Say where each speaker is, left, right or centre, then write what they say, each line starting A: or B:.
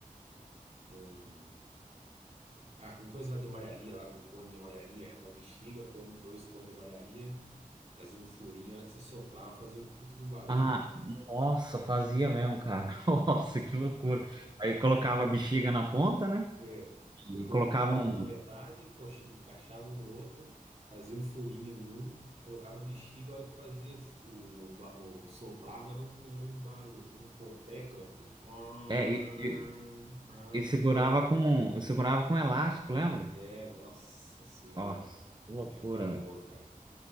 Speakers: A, on the right; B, on the right.
A: com, ah, com coisa lá de malharia, lá com cone de malharia, era uma bexiga, cone, dois cones de malharia, fazia um furinho, a hora que você soprava, fazia um puta de um barulho,
B: Ah, nossa, fazia mesmo, cara. <laughs> Nossa, que loucura. Aí colocava a bexiga na ponta, né?
A: É,
B: E
A: cortavam
B: colocava um.
A: um na metade, encoxa- encaixavam um no outro, fazia um furinho em um, colocava bexiga, a hora que fazia es- o, ba- o soprava era um, era um barulho, um boteco. Era... um pam,
B: É, e, e-
A: pam.
B: e segurava com. e Segurava com elástico, lembra?
A: É, nossa senhora,
B: Nossa,
A: velho.
B: que loucura,
A: Época boa,
B: velho.
A: cara.